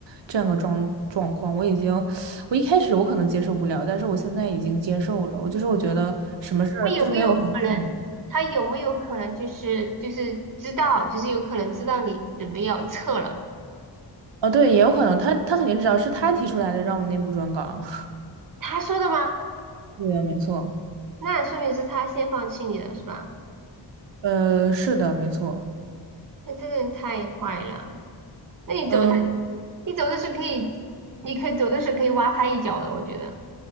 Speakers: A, on the right (about 80°); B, on the right (about 50°).
A: 这样个状状况，我已经，我一开始我可能接受不了，但是我现在已经接受了。我就是我觉得什么事儿就是没有很嗯
B: 他有没有可能？他有没有可能就是就是知道，就是有可能知道你准备要撤了？
A: 哦，对，也有可能他他肯定知道是他提出来的，让我内部转岗。<laughs>
B: 他说的吗？
A: 对啊，没错，
B: 那说明是他先放弃你的是吧？
A: 呃，是的，没错。
B: 那这个人太坏了。那你走的，
A: 嗯。
B: 你走的时候可以，你可以走的时候可以挖他一脚的，我觉得。